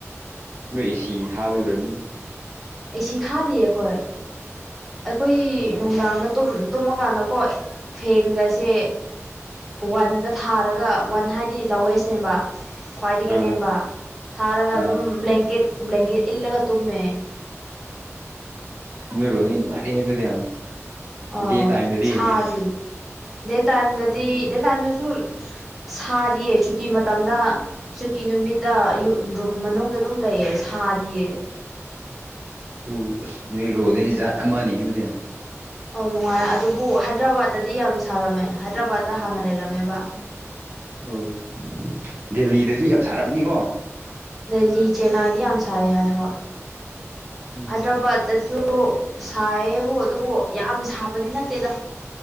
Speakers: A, on the right (about 45°); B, in the centre.
A: ꯅꯣꯏ ꯑꯦꯁꯤ ꯊꯥꯕꯒꯤ ꯑꯣꯏꯔꯝꯅꯤꯕ
B: ꯑꯩ ꯁꯤ ꯊꯥꯗꯦ ꯑꯩꯈꯣꯏ ꯑꯩꯈꯣꯏꯒꯤ
A: ꯑꯣ
B: ꯅꯨꯡꯗꯥꯡꯗ ꯇꯨꯝꯃꯀꯥꯟꯗꯀꯣ ꯐꯦꯟꯒꯁꯦ ꯋꯥꯟꯗ ꯊꯥꯔꯒ ꯋꯥꯟ ꯍꯥꯏꯗꯤ ꯂꯧꯋꯦꯁꯅꯦꯕ ꯈ꯭ꯋꯥꯏꯗꯒꯤ
A: ꯑꯥ
B: ꯅꯦꯝꯕ ꯊꯥꯔꯒ
A: ꯑꯥ
B: ꯑꯗꯨꯝ ꯕ꯭ꯂꯦꯡꯀꯦꯠ ꯕ꯭ꯂꯦꯡꯀꯦꯠ ꯏꯜꯂꯒ ꯇꯨꯝꯃꯦ
A: ꯅꯣꯏ ꯔꯣꯝꯗꯤ ꯅꯨꯡꯉꯥꯏꯔꯦꯍꯦ ꯑꯗꯨꯗꯤ
B: ꯑꯣ
A: ꯗꯦ ꯇꯥꯏꯝꯗꯗꯤ
B: ꯁꯥꯗꯤ ꯗꯦ ꯇꯥꯏꯝꯗꯗꯤ
A: ꯎꯝ
B: ꯗꯦ ꯇꯥꯏꯝꯗꯁꯨ ꯁꯥꯗꯤꯌꯦ ꯁꯨꯇꯤ ꯃꯇꯝꯗ ꯁꯨꯇꯤ ꯅꯨꯃꯤꯠꯇ ꯔꯨꯝ ꯃꯅꯨꯡꯗ ꯑꯗꯨꯝ ꯂꯩꯌꯦ ꯁꯥꯗꯤꯌꯦ
A: ꯎ ꯅꯣꯏ ꯔꯣ ꯗꯨꯗꯤ ꯖꯥꯠ ꯑꯃꯅꯤꯅꯦ ꯑꯗꯨꯗꯤ
B: ꯑꯧ ꯅꯨꯡꯉꯥꯏ ꯑꯗꯨꯕꯨ ꯍꯥꯏꯗ꯭ꯔꯕꯥꯗꯇꯗꯤ ꯌꯥꯝ ꯁꯥꯔꯝꯃꯦ ꯍꯥꯏꯗ꯭ꯔꯕꯥꯠꯇꯠꯇ ꯍꯥꯟꯅ ꯂꯩꯔꯝꯃꯦꯕ
A: ꯑꯣ ꯗꯦꯜꯂꯤꯗꯁꯨ ꯌꯥꯝ ꯁꯥꯔꯝꯅꯤꯀꯣ
B: ꯗꯦꯜꯂꯤ ꯆꯦꯟꯅꯥꯏꯗꯤ ꯌꯥꯝ ꯁꯥꯏ ꯍꯣꯏ ꯍꯣꯏ
A: ꯎꯝ
B: ꯑꯗ꯭ꯔꯕꯠꯇꯁꯨ ꯁꯥꯏꯌꯦꯕꯨ ꯑꯗꯨꯕꯨ ꯌꯥꯝ ꯁꯥꯕꯗꯤ ꯅꯠꯇꯦꯗ